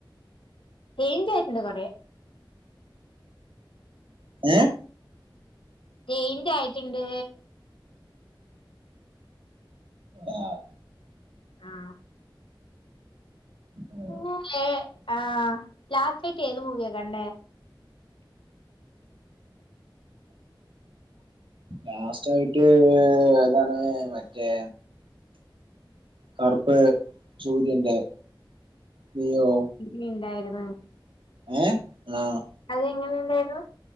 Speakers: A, on the left; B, on the right.
A: ചെയിഞ്ചായിട്ടുണ്ട് കൊറെ
B: ഏഹ്
A: ചെയ്ഞ്ചായിട്ട് ഇണ്ട്
B: ആഹ്
A: ആഹ്
B: മ്മ്
A: <unintelligible> ആഹ് ലാസ്റ്റായിട്ട് ഏത് മൂവിയാ കണ്ടേ
B: ലാസ്റ്റായിട്ട് ഏതാണ് മറ്റേ കറുപ്പ് സൂര്യന്റെ നീയോ
A: നീ ഇണ്ടായിരുന്നോ
B: ഏഹ് ആഹ്
A: അത് എങ്ങനെ ഇണ്ടാരുന്നു